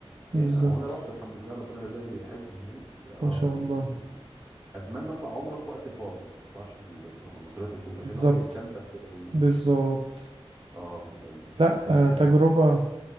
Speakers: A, on the right; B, on the right.
A: آه،
B: بالظبط
A: هو انا رحت الحمد لله ربنا رزقني بالحج هناك اه
B: ما شاء الله
A: يعني اتمنى اطلع عمره في وقت فاضي ما اطلعش في ال- في رمضان زي ما انت بتقول عشان
B: بالظبط
A: الواحد يستمتع كده وي...
B: بالظبط
A: اه تبقى ال-
B: لا
A: تحس
B: آه،
A: كده
B: تجربة